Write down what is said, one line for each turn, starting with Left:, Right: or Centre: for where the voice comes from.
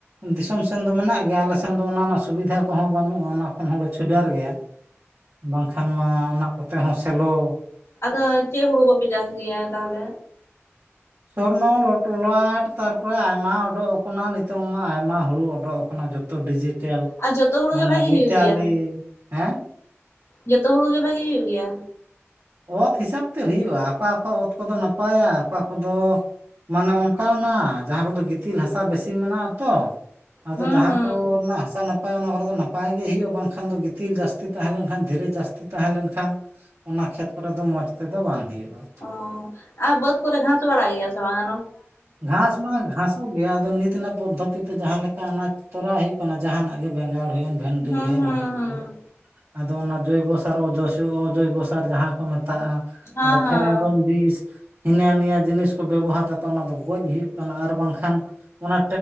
Right: ᱫᱤᱥᱚᱢ ᱥᱮᱱ ᱫᱚ ᱢᱮᱱᱟᱜ ᱜᱮᱭᱟ ᱟᱞᱮ ᱥᱮᱱ ᱫᱚ ᱚᱱᱟ ᱨᱮᱱᱟᱜ ᱥᱩᱵᱤᱫᱷᱟ ᱠᱚᱦᱚᱸ ᱵᱟᱹᱱᱩᱜᱼᱟ ᱚᱱᱟᱼᱼ ᱠᱷᱚᱱ ᱦᱚᱸᱞᱮ ᱪᱷᱩᱰᱟᱨ ᱜᱮᱭᱟ ᱵᱟᱝᱠᱷᱟᱱ ᱢᱟ ᱚᱱᱟ ᱠᱚᱛᱮ ᱦᱚᱸ ᱥᱮᱞᱳᱼᱼ
Left: ᱟᱫᱚ ᱪᱮᱫ ᱦᱩᱲᱩ ᱠᱚᱯᱮ ᱪᱟᱥ ᱜᱮᱭᱟ ᱛᱟᱦᱚᱞᱮ?
Right: ᱥᱚᱨᱱᱚ ᱞᱚᱞᱟᱴ ᱛᱟᱨᱯᱚᱨᱮ ᱟᱭᱢᱟ ᱩᱰᱩᱜ ᱟᱠᱟᱱᱟ ᱱᱤᱛᱚᱝ ᱢᱟ ᱟᱭᱢᱟ ᱦᱩᱲᱩ ᱚᱰᱚᱠ ᱟᱠᱟᱱᱟ ᱡᱚᱛᱚᱼᱼ ᱡᱚᱛᱚ ᱰᱤᱡᱤᱴᱮᱞ
Left: ᱟᱨ ᱡᱚᱛᱚ ᱦᱩᱲᱩ
Right: ᱢᱟᱱᱮ
Left: ᱜᱮ ᱵᱷᱟᱜᱤ
Right: ᱢᱤᱛᱟᱞᱤ᱾
Left: ᱦᱩᱭᱩᱜ ᱜᱮᱭᱟ
Right: ᱦᱮᱸᱼᱼ
Left: ᱡᱚᱛᱚ ᱦᱩᱲᱩ ᱜᱮ ᱵᱷᱟᱜᱤ ᱦᱩᱭᱩᱜ ᱜᱮᱭᱟ?
Right: ᱚᱛ ᱦᱤᱥᱟᱹᱵᱽ ᱛᱮ ᱦᱩᱭᱩᱜᱼᱟ ᱚᱠᱟ ᱚᱠᱟ ᱚᱛ ᱠᱚᱫᱚ ᱱᱟᱯᱟᱭᱟ ᱟᱨ ᱚᱠᱟ ᱠᱚᱫᱚᱼᱼ ᱢᱟᱱᱮ ᱚᱱᱠᱟᱱᱟᱜ ᱡᱟᱦᱟᱸ ᱠᱚᱫᱚ ᱜᱤᱛᱤᱞ ᱦᱟᱥᱟ ᱵᱮᱥᱤ ᱢᱮᱱᱟᱜ ᱟᱛᱚᱼᱼ ᱟᱫᱚ
Left: ᱦᱩᱸ
Right: ᱡᱟᱦᱟᱸ
Left: ᱦᱩᱸ
Right: ᱠᱚ ᱨᱮᱱᱟᱜ ᱦᱟᱥᱟ ᱱᱟᱯᱟᱭᱼᱼ ᱱᱟᱯᱟᱭᱟ ᱚᱱᱟ ᱠᱚᱨᱮ ᱫᱚ ᱱᱟᱯᱟᱭ ᱜᱮ ᱦᱩᱭᱩᱜᱼᱟ ᱵᱟᱝᱠᱷᱟᱱ ᱫᱚ ᱜᱤᱛᱤᱞ ᱡᱟᱹᱥᱛᱤ ᱛᱟᱦᱮᱸ ᱞᱮᱱᱠᱷᱟᱱ ᱫᱷᱤᱨᱤ ᱡᱟᱹᱥᱛᱤ ᱛᱟᱦᱮᱸ ᱞᱮᱱᱠᱷᱟᱱᱼᱼ ᱚᱱᱟ ᱠᱷᱮᱛ ᱠᱚᱨᱮ ᱫᱚ ᱢᱚᱸᱡᱽ ᱛᱮᱫᱚ ᱵᱟᱝ ᱦᱩᱭᱩᱜᱼᱟ᱾
Left: ᱚᱻ ᱟᱨ ᱵᱟᱹᱫᱽ ᱠᱚᱨᱮ ᱜᱷᱟᱸᱥ ᱵᱟᱲᱟᱜ ᱜᱮᱭᱟ ᱥᱮ ᱵᱟᱝ?
Right: ᱜᱷᱟᱥ ᱢᱟ ᱜᱷᱟᱥᱚᱜ ᱜᱮᱭᱟ ᱟᱫᱚ ᱱᱤᱛ ᱨᱮᱱᱟᱜ ᱯᱚᱫᱽᱫᱷᱚᱛᱤ ᱛᱮ ᱡᱟᱦᱟᱸ ᱞᱮᱠᱟ ᱚᱱᱟ ᱛᱚᱨᱟᱣ ᱦᱩᱭᱩᱜ ᱠᱟᱱᱟᱼᱼ ᱡᱟᱦᱟᱱᱟᱜ ᱜᱮ ᱵᱮᱸᱜᱟᱲ ᱦᱩᱭᱮᱱ ᱵᱷᱮᱱᱰᱤ
Left: ᱦᱩᱸ ᱦᱩᱸ
Right: ᱦᱩᱭᱮᱱ
Left: ᱦᱩᱸ
Right: ᱦᱩᱲᱩ
Left: ᱦᱮᱸ
Right: ᱦᱩᱭᱮᱱᱼᱼ ᱟᱫᱚ ᱚᱱᱟ ᱡᱚᱭᱵᱚ ᱥᱟᱨ ᱚᱡᱚᱭᱵᱚ ᱥᱟᱨ ᱡᱟᱦᱟᱸᱼᱼ ᱠᱚ ᱢᱮᱛᱟᱜᱼᱟ
Left: ᱦᱮᱸ
Right: ᱟᱫᱚ ᱯᱷᱮᱨᱟᱰᱚᱞ ᱵᱤᱥ ᱦᱤᱱᱟᱹ ᱱᱤᱭᱟᱹ ᱡᱤᱱᱤᱥ ᱠᱚ ᱵᱮᱵᱚᱦᱟᱨ ᱠᱟᱛᱮᱼᱼ ᱛᱚ ᱚᱱᱟ ᱫᱚ ᱜᱚᱡ ᱦᱩᱭᱩᱜ ᱠᱟᱱᱟ ᱟᱨ ᱵᱟᱝᱠᱷᱟᱱᱼᱼ ᱚᱱᱟ